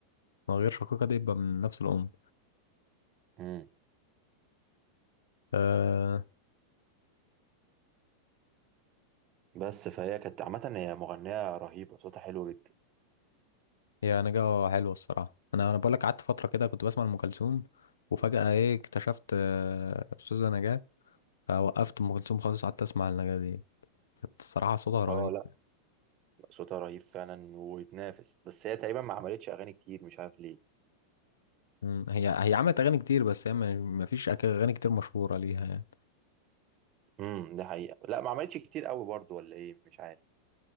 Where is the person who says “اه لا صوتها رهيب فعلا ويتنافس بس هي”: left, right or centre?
Right